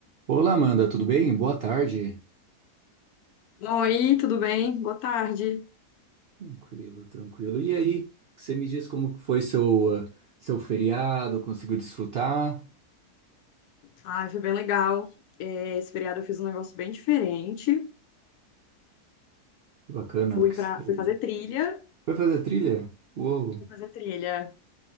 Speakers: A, on the right; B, on the left.
A: Olá, Amanda, tudo bem? Boa tarde.
B: Oi, tudo bem? Boa tarde.
A: Tranquilo, tranquilo. E aí, você me diz como que foi seu, ah, seu feriado? Conseguiu desfrutar?
B: Ai, foi bem legal. É, esse feriado eu fiz um negócio bem diferente.
A: Que bacana.
B: Fui
A: o que
B: para,
A: você-
B: fui fazer trilha.
A: Foi fazer trilha? Uou,
B: Fui fazer trilha.